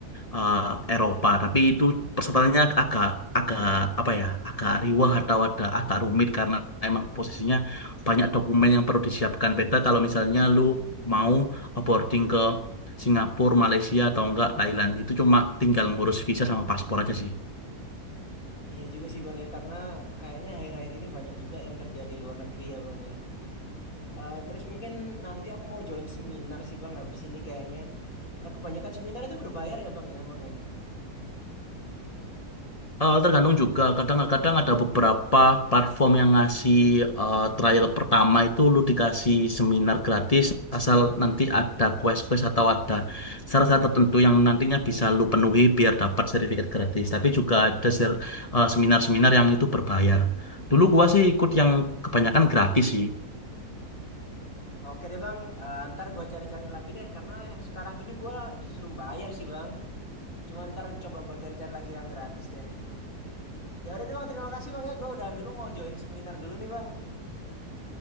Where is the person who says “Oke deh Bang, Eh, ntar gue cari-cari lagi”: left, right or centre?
Left